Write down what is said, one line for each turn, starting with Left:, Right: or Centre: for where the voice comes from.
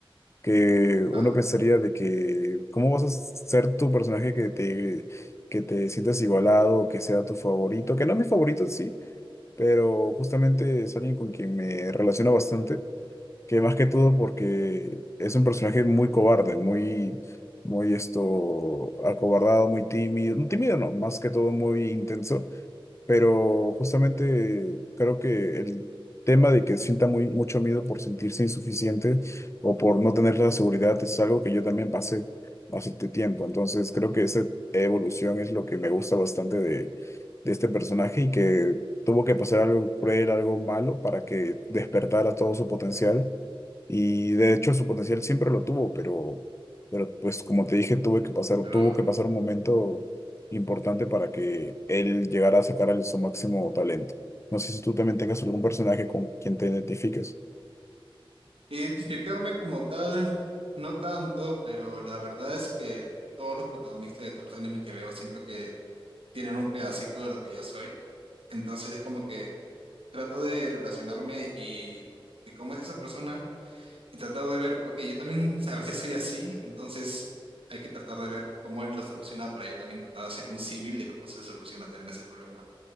Left: que uno
Right: Ah,
Left: pensaría de que, ¿cómo vas a ser tu personaje que te, que te sientas igualado, que sea tu favorito? Que no es mi favorito, sí, pero justamente es alguien con quien me relaciono bastante que más que todo porque es un personaje muy cobarde, muy, muy esto, acobardado, muy tímido, no, tímido no, más que todo muy intenso, pero justamente creo que el tema de que sienta muy, mucho miedo por sentirse insuficiente o por no tener la seguridad es algo que yo también pasé hace t- tiempo, entonces creo que esa evolución es lo que me gusta bastante de, de este personaje y que tuvo que pasar algo cruel, algo malo para que despertara todo su potencial y de hecho su potencial siempre lo tuvo, pero, pero pues como te dije, tuve que pasar,
Right: pero
Left: tuvo que pasar un momento importante para que él llegara a sacar el- su máximo talento. No sé si tú también tengas algún personaje con quien te identifiques.
Right: Identificarme como tal, no tanto, pero la verdad es que todos los protagonistas de todos los animes que veo siento que tienen un pedacito de lo que yo soy. Entonces es como que trato de relacionarme y de cómo es esa persona y tratar de ver, ok, yo también <laughs> a veces soy así, entonces hay que tratar de ver cómo él lo soluciona para yo también tratar de hacer un símil de cómo se soluciona también ese problema.